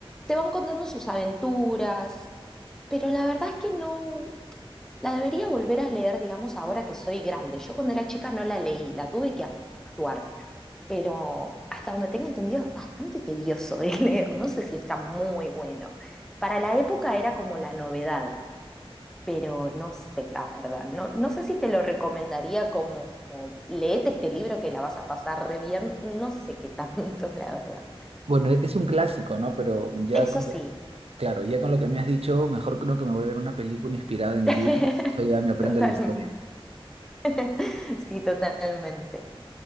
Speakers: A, in the centre; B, on the right.
A: Te van contando sus aventuras, pero la verdad es que no la debería volver a leer, digamos, ahora que soy grande. Yo cuando era chica no la leí, la tuve que actuar, pero hasta donde tengo entendido es bastante tedioso de <laughs> leer, no sé si está muy bueno. Para la época era como la novedad pero no sé, la verdad. No, no sé si te lo recomendaría como, como, leete este libro que la vas a pasar re bien. No sé qué tanto, <laughs> la verdad.
B: Bueno, e- es un clásico, ¿no? Pero ya,
A: Eso
B: con
A: sí.
B: lo- claro, ya con lo que me has dicho, mejor creo que me voy a ver una película inspirada en
A: <laughs>
B: el libro. Eso ya me aprendo
A: Totalmente.
B: la historia.
A: <laughs> Sí, totalmente.